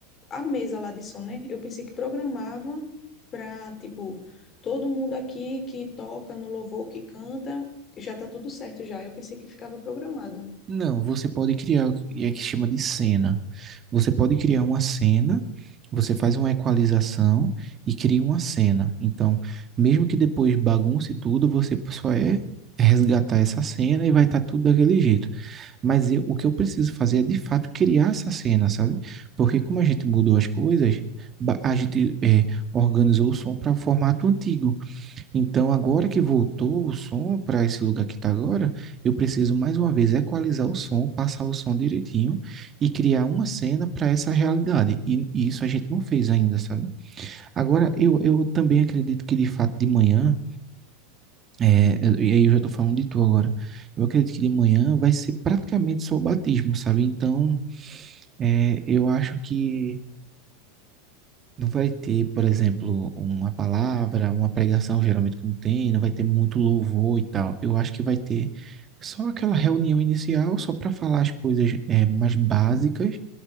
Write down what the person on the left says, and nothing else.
a mesa lá de som, né? Eu pensei que programava para, tipo, todo mundo aqui que toca no louvor, que canta, já tá tudo certo já. Eu pensei que ficava programado.